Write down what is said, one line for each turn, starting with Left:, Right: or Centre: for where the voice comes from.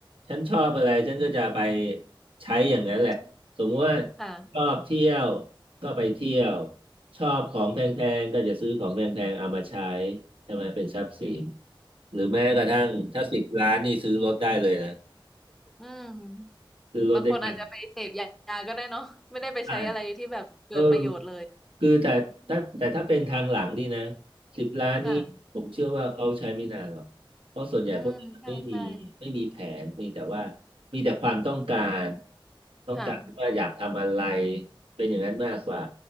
Right: ฉันชอบอะไรฉันก็จะไปใช้อย่างนั้นแหละสมมติว่า
Centre: อืมค่ะ
Right: ชอบเที่ยวก็ไปเที่ยวชอบของแพงๆก็จะซื้อของแพงๆเอามาใช้ใช่ไหมเป็นทรัพย์สินหรือแม้กระทั่งถ้าสิบล้านนี่ซื้อรถได้เลยนะ
Centre: อืมบางคนอาจจะไปเสพยาก็ได้เนาะไม่ได้ไปใช้อะไรที่แบบเกิดประโยชน์เลย
Right: <laughs> ซื้อรถได้กันใช่ เออคือแต่ถ้าแต่ถ้าเป็นทางหลังนี่นะสิบล้านนี่ผมเชื่อว่าเขาใช้ไม่นานหรอกเพราะส่วนใหญ่พวกนี้มันไม่มีไม่มีแผนมีแต่ว่า
Centre: ค่ะอืมใช่ใช่
Right: มีแต่ความต้องการต้องการว่าอยากทำอะไร
Centre: ค่ะ
Right: เป็นอย่างนั้นมากกว่า